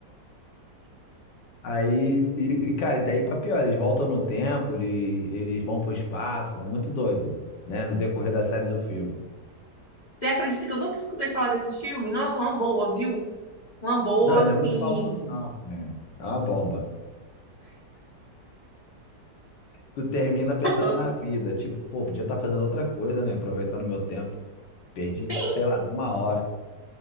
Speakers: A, on the left; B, on the left.
A: Aí, e, e, cara, e daí pra pior, eles voltam no tempo, ele- eles vão pro espaço, é muito doido, né? No decorrer da série do filme.
B: Você acredita que eu nunca escutei falar desse filme? Nossa, uma boa, viu? Uma boa,
A: Não, ele
B: assim.
A: não é muito famoso, não, né? É uma bomba. Tu termina pensando
B: Ela,
A: na vida, tipo, pô, podia estar fazendo outra coisa, né? Aproveitando meu tempo. Perdi,
B: Tem.
A: sei lá, uma hora.